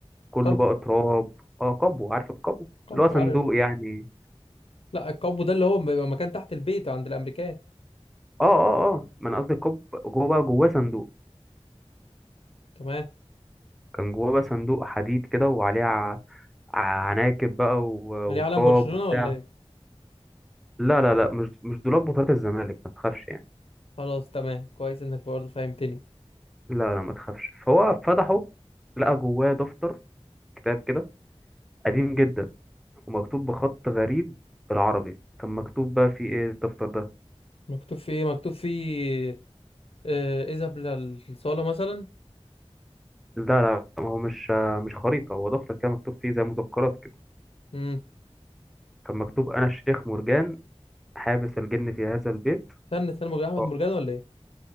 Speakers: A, in the centre; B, on the left (about 60°).
A: كله
B: قبو
A: بقى تراب اه قبو عارف القبو
B: قبو
A: اللي هو صندوق
B: عارف
A: يعني
B: لا القبو ده اللي هو بيبقى مكان تحت البيت عند الامريكان
A: اه اه اه ما انا قصدي القبو جوه بقى جواه صندوق
B: تمام
A: كان جواه بقى صندوق حديد كده وعليه ع- ع- عناكب بقى و-
B: ليه
A: وتراب
B: علم برشلونة
A: وبتاع
B: ولا ايه
A: لا لا لا مش مش دولاب بطولات الزمالك ما تخافش يعني
B: خلاص تمام كويس انك برضه فهمتني
A: لا لا ما تخافش فهو فتحه لقى جواه دفتر كتاب كده قديم جدا ومكتوب بخط غريب بالعربي كان مكتوب بقى فيه ايه الدفتر ده
B: مكتوب فيه ايه مكتوب فيه آه، اذهب للصالة مثلا
A: لا لا ما هو مش مش خريطة هو دفتر كان مكتوب فيه زي مذكرات كده
B: مم.
A: كان مكتوب أنا الشيخ مرجان حابس الجن في هذا البيت
B: استنى استنى مرجان احمد
A: اه
B: مرجان ولا ايه